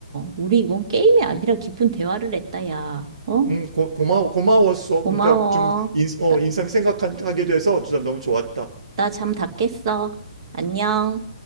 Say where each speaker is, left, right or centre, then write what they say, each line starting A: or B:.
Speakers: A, on the right; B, on the right.
A: 우리 이건 게임이 아니라 깊은 대화를 했다, 야. 어?
B: 응, 고, 고마워, 고마웠어.
A: 고마워.
B: 진짜 좀 인, 어,
A: 나,
B: 인상 생각하게 돼서 진짜 너무 좋았다.
A: 나잠 다 깼어. 안녕.